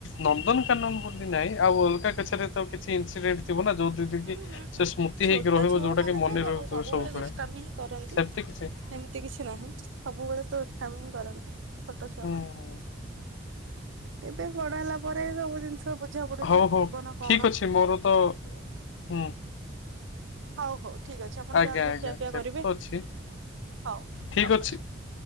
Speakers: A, on the left (about 70°); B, on the right (about 80°).
A: ନନ୍ଦନକାନନ ବୋଲି ନାହିଁ ଆଉ ଅଲଗା କିଛିରେ ତ। କିଛି ଇନ୍ସିଡେଣ୍ଟ ଥିବା ନା ଯଉଠି ଯେମିତି
B: ହୁଁ ହୁଁ ହୁଁ।
A: ସେ ସ୍ମୃତି
B: ଛୋଟ
A: ହେଇକି ରହିବ
B: ଛୁଆ
A: ଯୋଉଟା
B: ମାନେ
A: କି ମନେ
B: ତ
A: ରହୁଥିବ ସବୁବେଳେ
B: ଦୁଷ୍ଟାମି ହିଁ କରନ୍ତି
A: ସେମିତି କିଛି।
B: ଏମିତି କିଛି ନାହିଁ ସବୁବେଳେ ତ ଦୁଷ୍ଟାମୀ ହିଁ କରନ୍ତି ଛୋଟ ଛୁଆ
A: ହୁଁ ହୁଁ।
B: ମାନ। ଏବେ ବଡ ହେଲା ପରେ ସବୁ ଜିନିଷ ବୁଝା ପଡୁଛି
A: ହଉ ହଉ
B: ଜୀବନ କଣ।
A: ଠିକ ଅଛି ମୋର ତ ହୁଁ।
B: ହଉ ହଉ ଠିକ ଅଛି ଆପଣ
A: ଆଜ୍ଞା
B: ଯାଆନ୍ତୁ
A: ଆଜ୍ଞା
B: ଖିଆପିଆ
A: ସେଟା
B: କରିବେ
A: ତ ଅଛି।
B: ହଉ
A: ଠିକ
B: ରଖୁଛି।
A: ଅଛି